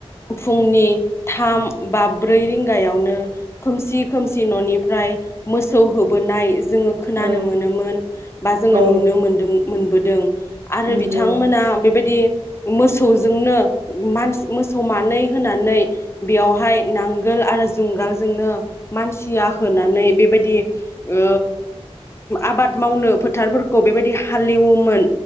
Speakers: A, on the left; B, on the right.
A: फुंनि थाम बा ब्रै रिंगायावनो खोमसि खोमसि न'निफ्राय मोसौ होबोनाय जोङो खोनानो
B: औ
A: मोनोमोन बा जोङो
B: औ
A: नुनो मोनदों मोनबोदों आरो
B: नंगौ
A: बिथांमोना बेबायदि मोसौ मोसौजोंनो मानस मोसौ मानै होनानै बेयावहाय नांगोल आरो जुंगालजोंनो मानसिया होनानै बेबायदि ओ आबाद मावनो फोथारफोरखौ बेबायदि हालेवोमोन।